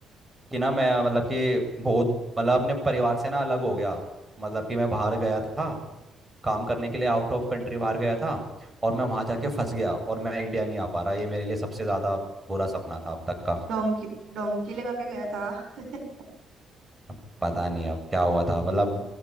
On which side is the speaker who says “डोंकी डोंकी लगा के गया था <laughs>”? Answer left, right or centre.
Right